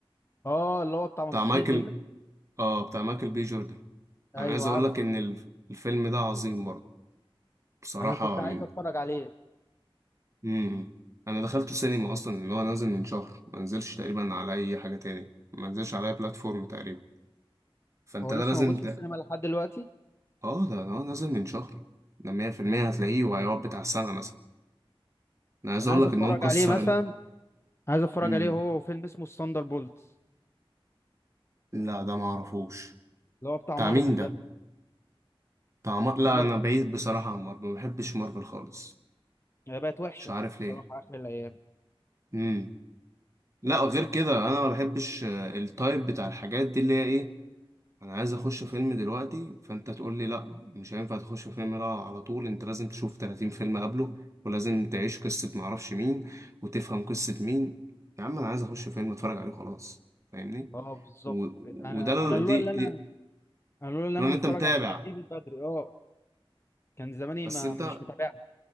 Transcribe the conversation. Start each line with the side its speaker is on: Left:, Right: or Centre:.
Left: اه اللي هو بتاع مصاصين
Right: بتاع مايكل
Left: الدماء
Right: اه بتاع مايكل بي جوردن
Left: ايوه
Right: انا عايز اقول
Left: عارف
Right: لك ان الف- الفيلم ده عظيم برضه بصراحة
Left: انا كنت عايز
Right: من
Left: اتفرج عليه
Right: مم. انا دخلته سينما اصلا ان هو نازل من شهر ما نزلش تقريبا على اي حاجة تاني ما نزلش على اي بلاتفورم تقريبا فانت
Left: هو
Right: ده
Left: لسه
Right: لازم
Left: موجود
Right: ده
Left: في السينما لحد دلوقتي
Right: اه ده ده نازل من شهر ده 100% هتلاقيه وهيقعد بتاع سنة مثلا انا عايز
Left: انا
Right: اقول
Left: عايز
Right: لك
Left: اتفرج
Right: ان هو مكسر
Left: عليه مثلا
Right: ال...
Left: عايز اتفرج
Right: مم.
Left: عليه هو فيلم اسمه الثاندر بولت
Right: لا ده ما اعرفوش
Left: اللي هو بتاع
Right: بتاع
Left: مارفل
Right: مين ده بتاع مار... لا
Left: ده
Right: انا بعيد بصراحة عن مارفل ما بحبش مارفل خالص
Left: هي بقت وحشه
Right: مش عارف
Left: بصراحه
Right: ليه
Left: اخر الايام
Right: مم. لا غير كده انا ما بحبش آه، التايب بتاع الحاجات دي اللي هي ايه انا عايز اخش فيلم دلوقتي فانت تقول لي لا مش هينفع تخش فيلم لا على طول انت لازم تشوف 30 فيلم قبله ولازم تعيش قصة معرفش مين وتفهم قصة مين يا عم انا عايز اخش فيلم اتفرج عليه خلاص فاهمني
Left: اه بالظبط
Right: و...
Left: انا
Right: وده ال-
Left: انا لولا
Right: دي
Left: اللي
Right: دي
Left: انا انا لولا اللي
Right: لو
Left: انا متفرج
Right: انت متابع
Left: على الحاجات دي من بدري اه كان زماني
Right: بس
Left: ما
Right: انت
Left: مش متابعها